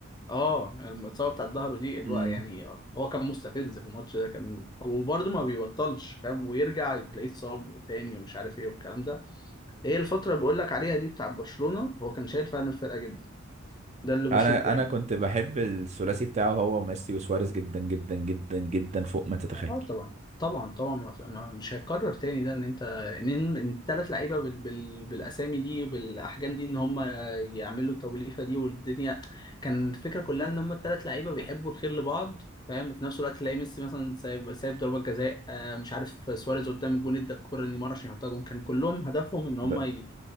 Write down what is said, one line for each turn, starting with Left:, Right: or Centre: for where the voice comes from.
Left: اه الاصابه بتاعت ظهره دي الوقت
Right: امم
Left: يعني هو كان مستفز في الماتش ده كان وبرده ما بيبطلش فاهم ويرجع تلاقيه اتصاب تاني ومش عارف ايه والكلام ده هي الفتره اللي بقول لك عليها دي بتاعت برشلونه هو كان شايل فعلا الفرقه جدا ده اللي بشوفه
Right: انا انا
Left: يعني
Right: كنت بحب الثلاثي بتاعه هو ميسي وسواريز جدا جدا جدا جدا فوق ما تتخيل
Left: اه طبعا طبعا طبعا ما في- ما- مش هيتكرر تاني ده ان انت ان إن التلات لعيبه بال بال بالاسامي دي وبالاحجام دي ان هم يعملوا التوليفه دي والدنيا كان الفكره كلها ان هم التلات لعيبه بيحبوا الخير لبعض فاهم وفي نفس الوقت تلاقي ميسي مثلا سايب سايب ضربات جزاء آه مش عارف سواريز قدام الجون ادى الكره لنيمار عشان يحطها جون كان كلهم هدفهم ان هم
Right: ب-
Left: ي-